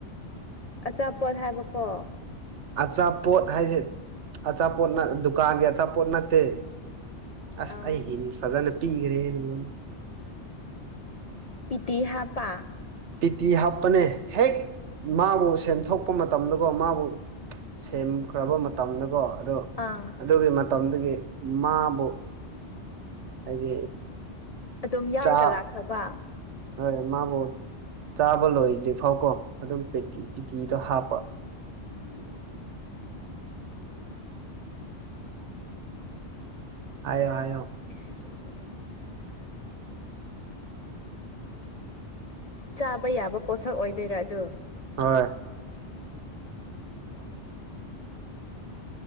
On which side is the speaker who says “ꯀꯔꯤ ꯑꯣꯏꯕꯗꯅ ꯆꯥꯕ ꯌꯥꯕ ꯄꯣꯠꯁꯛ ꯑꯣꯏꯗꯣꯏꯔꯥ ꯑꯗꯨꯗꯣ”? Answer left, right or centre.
Left